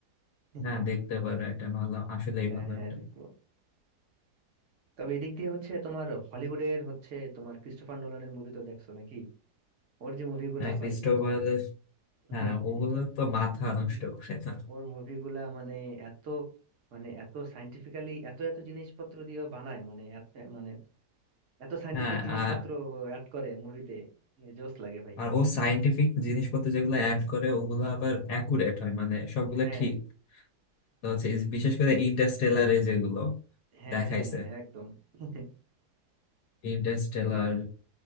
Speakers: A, on the right; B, on the left.
A: <laughs>
B: হ্যাঁ দেখতে পারো এটা ভালো আসলেই
A: হ্যাঁ
B: ভালো
A: হ্যাঁ
B: একটা
A: দেখবো তবে এদিক দিয়ে হচ্ছে তোমার হলিউডের হচ্ছে তোমার ক্রিস্টোফার নোলানের মুভি তো দেখছো নাকি ওর যে মুভিগুলা
B: হ্যাঁ, ক্রিস্টোফার
A: ভাই <laughs>
B: হ্যাঁ ওগুলো তো মাথা
A: হুম,
B: নষ্ট করে না
A: ওর মুভিগুলা মানে এত মানে এত সাইন্টিফিক্যালি এত এত জিনিসপত্র দিয়ে ও বানায় মানে এত- মানে এত সাইন্টিফিক
B: হ্যাঁ
A: জিনিসপত্র
B: আর
A: অ্যাড করে মুভিতে জোস লাগে ভাই
B: আর ও সাইন্টিফিক জিনিসপত্র যেগুলো অ্যাড করে ওগুলো আবার অ্যাকুরেট হয় মানে সবগুলো
A: হ্যাঁ
B: ঠিক তো হচ্ছে এই বিশেষ করে ইন্টারস্টেলারে যেগুলো
A: হ্যাঁ
B: দেখাইছে
A: হ্যাঁ হ্যাঁ একদম <laughs>
B: ইন্টারস্টেলার